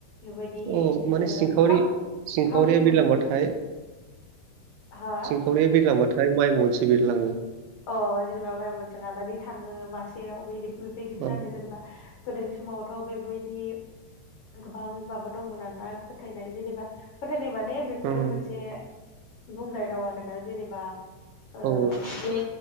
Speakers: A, on the left (about 80°); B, on the right (about 80°).
A: बेबायदि
B: औ माने सिंखावरि
A: गोबां ओ
B: सिंखावरिया
A: सिंखावरि
B: बिरलांबाथाय
A: मोनोम हा
B: थावरिया बिरलांबाथाय माइ मनसे बिरलाङो
A: अ जेनेबा माइ मोनसे लानानै थाङो मासेयाव बे बिदिमोन
B: औ
A: आरो जेनेबा गोदोनि समावथ' बेबायदि गोबां माबा दंमोन आरोना फोथायनाय जेनेबा फोथायनाय मान माने बेफोरो
B: उम
A: मोनसे बुंनाय राव आरोना जेनेबा ओ
B: औ
A: बे